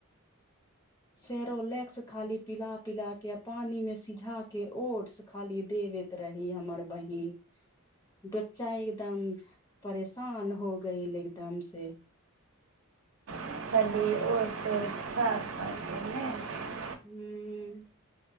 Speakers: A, on the left (about 20°); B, on the right (about 80°).
A: सेेरोलैक्स खाली पिला पिला के पानी मे सिझा के ओट्स खाली देबैत रही हमर बहिन बच्चा एकदम परेशान हो गय एकदम से
B: खी ओरसँरथा गेल नहि
A: ह